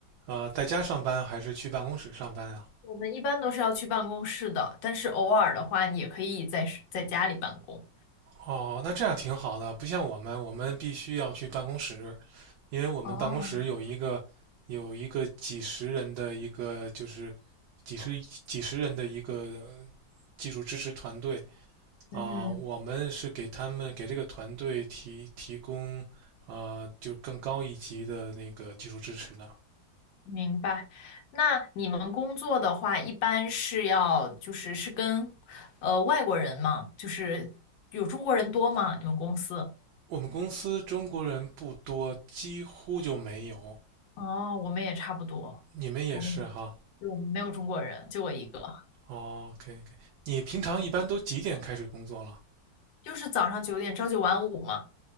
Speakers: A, on the right (about 75°); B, on the left (about 80°).
A: 呃在家上班，还是去办公室上班呀？
B: 我们一般都是要去办公室的，但是偶尔的话，你也可以在在家里办公。
A: 哦，那这样挺好的，不像我们，我们必须要去办公室，因为我们办公室有一个有一个几十人的一个就是
B: 哦，
A: 几十几十人的一个技术支持团队
B: 嗯。
A: 啊，我们是给他们给这个团队提提供啊，就更高一级的那个技术支持的。
B: 明白。那你们工作的话，一般是要就是是跟呃外国人嘛，就是有中国人多吗？你们公司？
A: 我们公司中国人不多，几乎就没有。
B: 哦，我们也差不多，
A: 你们也是哈？
B: 我们对我们没有中国人，就我一个，
A: 哦，OK OK。你平常一般都几点开始工作了？
B: 就是早上九点朝九晚五嘛。